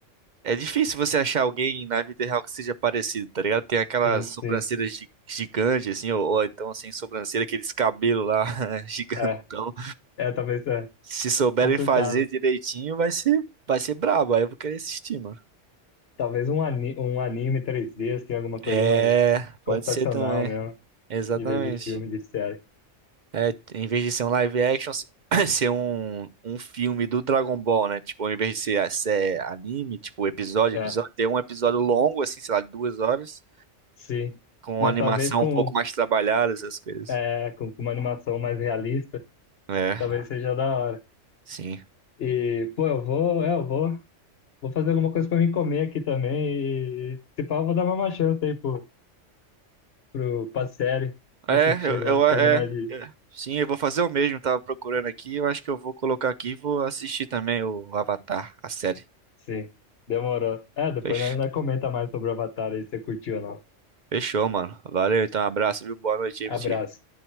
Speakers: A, on the right; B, on the left.
A: é difícil você achar alguém na vida real que seja parecido, tá ligado? Tem aquelas
B: sim,
A: sobrancelhas
B: sim.
A: gi- gigantes assim, ou, ou então sem sobrancelha, aqueles cabelos lá <laughs> gigantão.
B: É, é talvez é
A: Se souberem
B: complicado.
A: fazer direitinho, vai ser vai ser brabo, aí eu vou querer assistir, mano.
B: Talvez um, ani um anime 3D, assim, alguma coisa
A: É,
B: mais
A: pode
B: computacional
A: ser também.
B: mesmo,
A: Exatamente.
B: em vez de filme, de série.
A: É, em vez de ser um live action, se- <coughs> <clears throat> ser um, um filme do Dragon Ball, né? Tipo, em vez de ser, ser anime, tipo, episódio,
B: É,
A: episódio, ter um episódio longo, assim, sei lá, de duas horas,
B: sim.
A: com
B: Mas
A: animação
B: talvez com,
A: um pouco mais trabalhada, essas coisas.
B: é, com, com uma animação mais realista,
A: É,
B: talvez seja da hora.
A: sim.
B: E, pô, eu vou, é, eu vou, vou fazer alguma coisa pra mim comer aqui também. E, e se pá, eu vou dar uma chance aí pro, pro, pra série,
A: É,
B: assistir
A: eu, eu-
B: lá,
A: é,
B: terminar de.
A: é, sim, eu vou fazer o mesmo, tava procurando aqui, eu acho que eu vou colocar aqui e vou assistir também o Avatar, a série.
B: Sim, demorou. É, depois
A: Fech-
B: nós nós comenta mais sobre o Avatar aí, se você curtiu ou não.
A: Fechou, mano. Valeu, então, abraço, viu? Boa noite aí
B: Abraço.
A: pra ti.